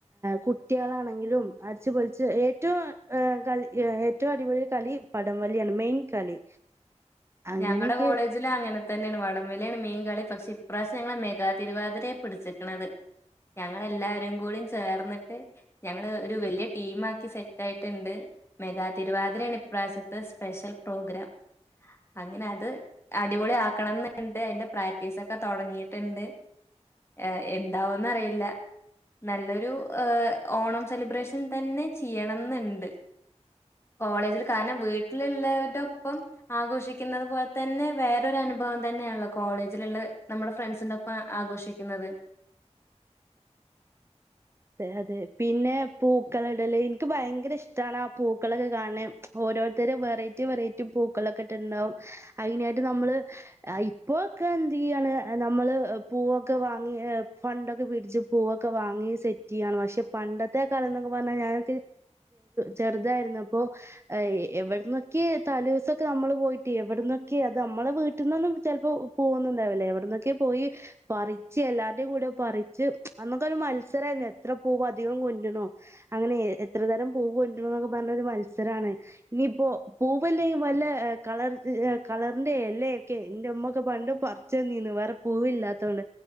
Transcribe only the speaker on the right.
കുട്ട്യേളാണെങ്കിലും ആ അടിച്ച്പൊളിച്ച് ഏറ്റവും ഏ കളി ഏറ്റവും അടിപൊളി കളി വടംവലിയാണ് മെയിൻ കളി. അങ്ങനെയൊക്കെ
അതെ അതെ പിന്നെ പൂക്കളിടല് എനിക്ക് ഭയങ്കര ഇഷ്ടാണ് ആ പൂക്കളൊക്കെ കാണണേ ഓരോരുത്തര് വെറൈറ്റി വെറൈറ്റി പൂക്കളൊക്കെ ഇട്ടുണ്ടാവും അയിനായിട്ട് നമ്മള് ഇപ്പോക്കെ എന്ത് ചെയ്യാണ് നമ്മള് പൂവൊക്കെ വാങ്ങി ഫണ്ടൊക്കെ പിടിച്ച് പൂവൊക്കെ വാങ്ങി സെറ്റ്. റ്റി യാണ് പക്ഷെ പണ്ടത്തെ കാലം എന്നൊക്കെ പറഞ്ഞാ ഞാനൊ ചെറുതായിരുന്ന പ്പോഎവിടുന്നൊക്കെ തലൂസൊക്കെ നമ്മള് പോയിട്ട്. എവിടുന്നൊക്കെ അത് നമ്മളെ വീട്ടിൽന്നൊന്നും ചെ ലപ്പോ പോകുന്നുണ്ടാവൂല. എവിടുന്നൊക്കെ പോയി പറി ച്ച്. എല്ലാരികുടിം കൂടെ പറിച്ച് അന്നൊക്കെ ഒരു മത്സരേ ന്ന്. ഇത്ര പൂവ് അധികം കൊട് ണോ അങ്ങനെ എത്രതരം പൂവ് കൊണ്ടണോ എന്നൊക്കെ പറഞ്ഞ ഒരു മത്സരാണ്. ഇനിയിപ്പോ പൂവല്ലെ വല്ല കളർ കളറിന്റെ എലക്കെ എന്റെ ഉമ്മൊക്കെ പണ്ട് പറിച്ച് തനീന്ന്. വേറെ പൂവ് ഇല്ലാത്ത കൊണ്ട്.